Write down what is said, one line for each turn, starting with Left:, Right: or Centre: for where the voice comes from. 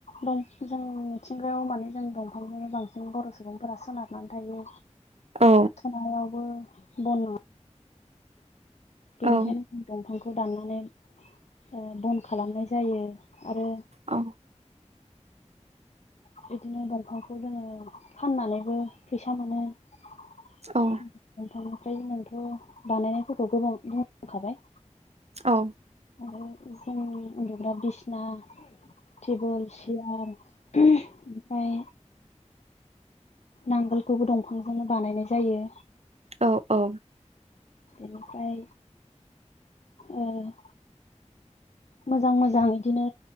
Left: दंफ जों मिथिंगायाव माने जों दंफांखोनो बांसिन बर' सुबुंफोरा सोनार सोनारनानै थायो
Right: औ
Left: सायावबो बन नुवा बेनिखायनो
Right: औ
Left: जों दंफांखौ दाननानै ओ‌ बन्द खालामनाय जायो। आरो
Right: औ
Left: बिदिनो दंफांखौ जोङो फाननानैबो फैसा मोनो। दंफांनि
Right: औ
Left: फ्राय जोंनानोथ' बानायनायफोरखौ गोबां बुंखाबाय
Right: औ
Left: आरो ओमफ्राय उ उन्दुग्रा बिसना थिबलस, सियार उम फाय नांगोलखौबो दंफांजोंनो बानायनाय जायो।
Right: औ औ
Left: ओमफ्राय ओ मोजां मोजां इदिनो